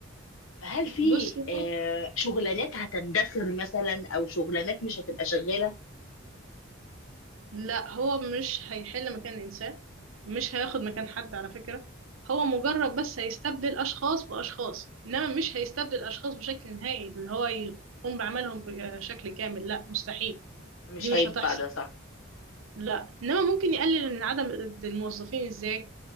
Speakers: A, on the left; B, on the right.
A: فهل في
B: بصي
A: آه،
B: هو
A: شغلانات هتندثر مثلا او شغلانات مش هتبقى شغاله
B: لا هو مش هيحل مكان إنسان مش هياخد مكان حد على فكرة هو مجرد بس هيستبدل أشخاص بأشخاص إنما مش هيستبدل أشخاص بشكل نهائي اللي هو يقوم بعملهم بشكل كامل لا مستحيل
A: مش
B: دي مش
A: هينفع
B: هتحصل
A: ده صح
B: لا إنما ممكن يقلل من عدم الموظفين إزاي